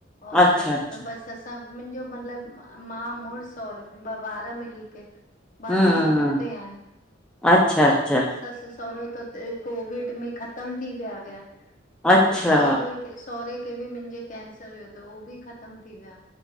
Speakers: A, on the left (about 45°); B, in the centre.
A: और
B: अच्छा अच्छा
A: बस त सब मुंहिंजो मतलब मां मुड़ुसु और ॿ ॿार मिली करेे बाक़ी
B: हम्म
A: सभ हुते आहिन
B: अच्छा अच्छा
A: ससु सहुरो त कोविड में ख़तम थी विया हुया
B: अच्छा
A: त सहुरे सहुरे खे बि मुंहिंजे कैंसर हुयो त उहो बि ख़तम थी विया